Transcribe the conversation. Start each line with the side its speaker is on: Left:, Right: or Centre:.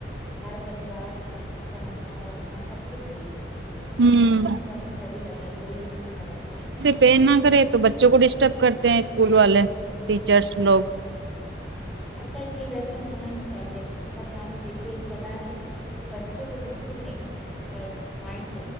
Centre: ہر پریوار سماج پہننا اڑنا سب کچھ دیکھ
Right: ہوں
Centre: یہ سب میں صحیح لگے کوئی ہی ہی نہ رکھے
Right: پین نہ کرے تو بچوں کو ڈسٹرب کرتے ہیں اسکول والے ٹیچرس لوگ
Centre: اچھا یہ ویسے ہونا ہی چاہیے ابھی انسٹاگرام میں دیکھیے ایک کلا ہے کہ بچوں کو بالکل نہیں مائنڈ